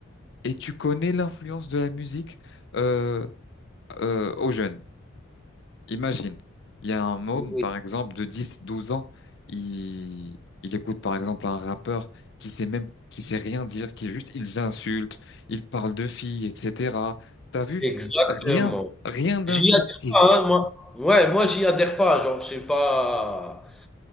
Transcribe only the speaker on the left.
Et tu connais l'influence de la musique euh, euh, aux jeunes. Imagine, il y a un môme,
par exemple, de 10, 12 ans, il, il écoute, par exemple, un rappeur qui sait même, qui sait rien dire, qui juste, ils insultent, ils parlent de filles, etc. T'as vu?
Rien, rien d'instructif.